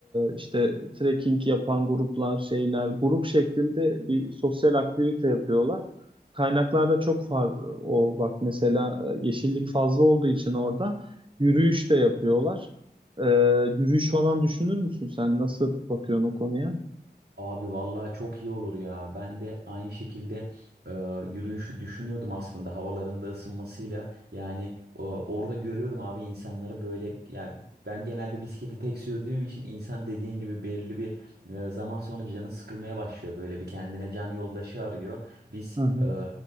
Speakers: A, on the right (about 30°); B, on the right (about 85°).
A: işte trekking yapan gruplar şeyler grup şeklinde bir sosyal aktivite yapıyorlar. Kaynaklarda çok far o bak mesela e, yeşillik fazla olduğu için orada yürüyüş de yapıyorlar. Ee, yürüyüş falan düşünür müsün sen? Nasıl bakıyorsun o konuya?
B: Abi vallahi çok iyi olur ya. Ben de aynı şekilde e, yürüyüşü düşünüyordum aslında havalarında ısınmasıyla. Yani e, orada görüyordum abi insanları böyle yani ben genelde bisikleti tek sürdüğüm için insan dediğin gibi belirli bir e, zaman sonra canı sıkılmaya başlıyor. Böyle bir kendine can yoldaşı arıyor. Biz
A: Hı hı,
B: e,